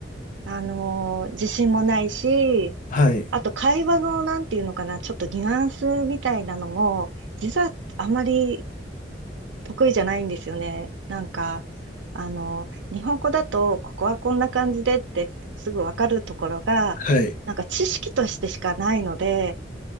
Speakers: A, on the right (about 80°); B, on the left (about 45°).
A: あのー自信もないし、
B: はい、
A: あと会話のなんていうのかな、ちょっとニュアンスみたいなのも、実はあまり得意じゃないんですよね。なんか、あの、日本語だと、ここはこんな感じでってすぐわかるところが、
B: はい、
A: なんか知識としてしかないので、